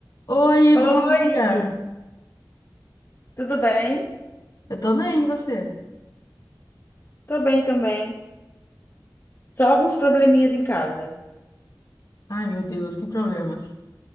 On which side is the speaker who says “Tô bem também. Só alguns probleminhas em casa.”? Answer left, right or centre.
Left